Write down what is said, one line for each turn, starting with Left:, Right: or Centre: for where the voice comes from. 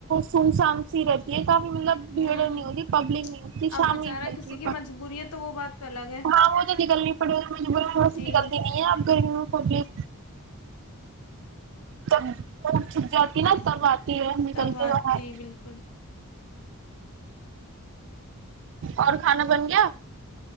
Right: سمسان سی رہتی ہے ب مطلب بھیڑ
Left: ہوں
Right: نہیں ہوتی پبلک نہیں ہوتی شاملتی
Left: اب بیچارہ کسی کی مجبوری ہے تو وہ بات تو الگ ہے
Right: ہاں وہ تو نکلنی پڑی ہو ب وی
Left: جی
Right: نکلتی نہیں ہے اب کررمیوں پبلک جب وہ چھٹ جاتی نا تب آتی نکلتے
Left: تب بات
Right: باہر
Left: تھی بالکل
Right: اور کھانا بن گیا